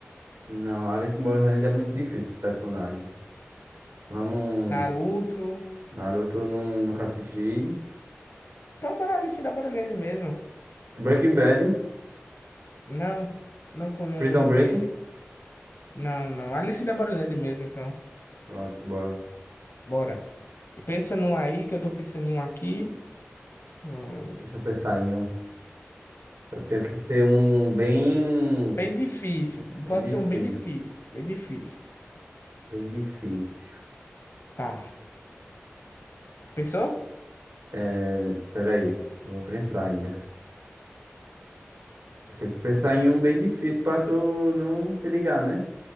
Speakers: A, on the right; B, on the left.
A: Não, Alice Borland é muito difícil, esse personagem. Vamos.
B: Naruto?
A: Naruto, não, nunca assisti.
B: Então, bora Alice in the Borderland mesmo.
A: Breaking Bad,
B: Não, não, co- não,
A: Prison
B: não conheço.
A: Break.
B: Não, não. Alice in the Borderland mesmo, então.
A: Pronto, bora.
B: Bora. Pensa num aí, que eu tô pensando em um aqui. Hum,
A: Deixa eu pensar em um. Eu tenho que ser um bem.
B: Bem difícil.
A: Bem
B: Pode
A: difícil.
B: ser um bem difícil. Bem difícil.
A: Bem difícil.
B: Tá. Pensou?
A: É, peraí, vou pensar ainda. Tem que pensar em um bem difícil pra tu não se ligar, né?